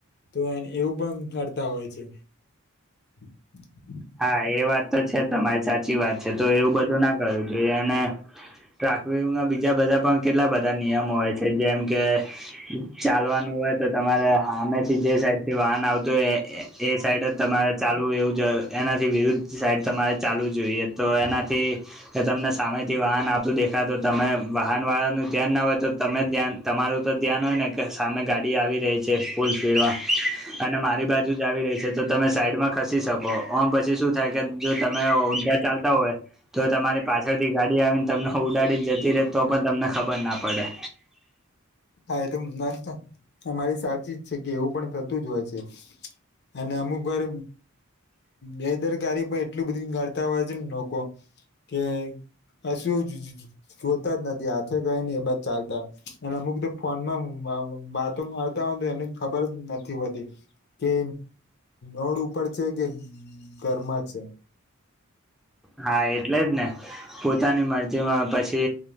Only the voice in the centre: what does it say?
હા એ વાત તો છે તમારી સાચી વાત છે તો એવું બધું ના કરું તું એને. ટ્રાફિકના બીજા બધા પણ કેટલા બધા નિયમો હોય છે જેમ કે. ચાલવાનું હોય તો તમારે હામેથી જે સાઈડ થી વાહન આવતું હોય એ સાઈડ જ. તમારે ચાલવું એવું જ એનાથી વિરુદ્ધ સાઈડ તમારે ચાલવું જોઈએ તો એનાથી. કે તમને સામેથી વાહન આવતુ દેખાય તો તમે વાહન વાળા નું ધ્યાન ના હોય તો. તમે ધ્યાન તમારું તો ધ્યાન હોય ને કે સામે ગાડી આવી રહી છે ફૂલ સ્પીડમાં. અને મારી બાજુ જ આવી રહી છે તો તમે સાઈડમાં ખસી શકો. ઓમ પછી શું થાય કે જો તમે ઊંધા ચાલતા હોય. તો તમારી પાછળથી ગાડી આવીને તમને ઉડાડીને જતી રહે તો પણ તમને ખબર ના પડે.
હા એટલે જ ને પોતાની મરજીમાં પછી